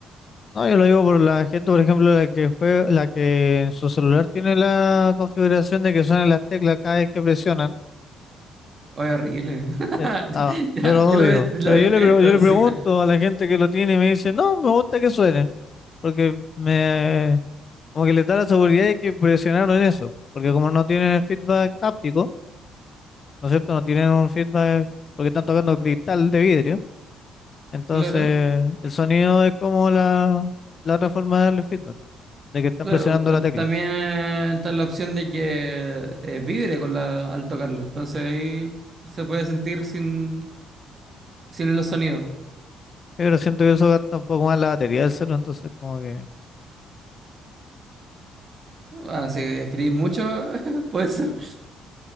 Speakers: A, on the left; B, on the right.
A: No, yo lo digo por la gente, por ejemplo, la que juega, la que en su celular tiene la configuración de que suenan las teclas cada vez que presionan.
B: Ay, horrible. <laughs>
A: Eh, ah,
B: Ya,
A: yo lo
B: Yo
A: odio.
B: lo, de- lo
A: Pero
B: detesto,
A: yo le, pre- yo le pregunto
B: sí.
A: a la gente que lo tiene y me dice, no, me gusta que suenen. Porque me, como que le da la seguridad de que presionaron en eso. Porque como no tienen feedback áptico, ¿no es cierto? No tienen un feedback porque están tocando cristal de vidrio. Entonces,
B: Claro,
A: el sonido es como la, la otra forma de darle feedback, de que están
B: claro.
A: presionando
B: tam-
A: la tecla.
B: también está la opción de que eh, vibre con la, al tocarlo. Entonces ahí se puede sentir sin, sin los sonidos.
A: Pero siento que eso gasta un poco más la batería del celular, entonces como que
B: Ah, si escribís mucho, <laughs> puede ser.